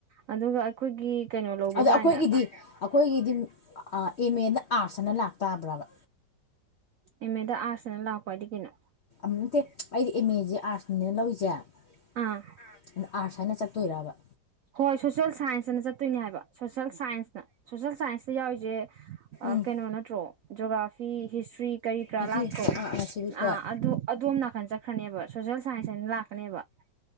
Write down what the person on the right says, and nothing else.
ꯑꯗꯨꯒ ꯑꯩꯈꯣꯏꯒꯤ ꯀꯩꯅꯣ ꯂꯧꯕ
ꯀꯥꯟꯅ
ꯑꯦꯝꯃꯦꯗ ꯑꯥꯔꯠꯁ ꯑꯅ ꯂꯥꯛꯄ ꯍꯥꯏꯗꯤ ꯀꯩꯅꯣ
ꯑꯥ
ꯍꯣꯏ ꯁꯣꯁꯦꯜ ꯁꯥꯏꯟꯁꯅ ꯆꯠꯇꯣꯏꯅꯦ ꯍꯥꯏꯕ ꯁꯣꯁꯦꯜ ꯁꯥꯏꯟꯁꯅ ꯁꯣꯁꯦꯜ ꯁꯥꯏꯟꯁ ꯁꯤꯗ ꯌꯥꯎꯋꯤꯁ‌ꯦ ꯑꯥ
ꯀꯩꯅꯣ ꯅꯠꯇ꯭ꯔꯣ ꯖꯣꯒꯔꯥꯐ ꯐꯤ ꯍꯤꯁꯇ꯭ꯔꯤ ꯀꯔꯤ ꯀꯔꯥ
ꯂꯥꯛꯇ꯭ꯔꯣ
ꯑ ꯑꯗꯣꯝ ꯅꯥꯀꯟ ꯆꯠꯈ꯭ꯔꯅꯤꯕ ꯁꯣꯁꯦꯜ ꯁꯥꯏꯟꯁ <unintelligible> ꯂꯥꯛꯀꯅꯦꯕ